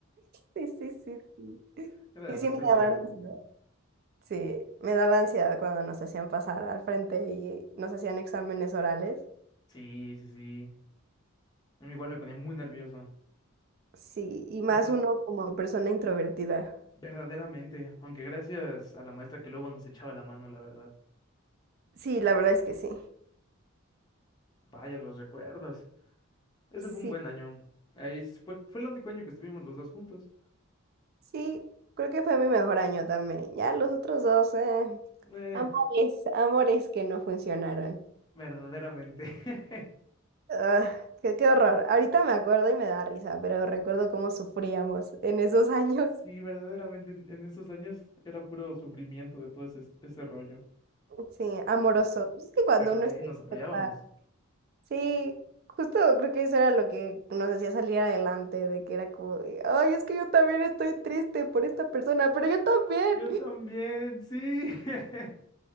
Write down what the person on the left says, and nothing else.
<laughs> Era
demasiado
agresivo.
Sí, sí, sí. A mí igual me ponía muy nervioso.
Y to-
verdaderamente, aunque gracias a la maestra que luego nos echaba la mano, la verdad.
Vaya los recuerdos. Ese
fue un buen año. Ahí es- fue, fue el único año que estuvimos los dos juntos.
Eh,
verdaderamente. <laughs>
Sí, verdaderamente en en esos años era puro sufrimiento de todo ese, ese rollo.
Pero
ahí
nos
apoyábamos.
Yo también, sí. <laughs>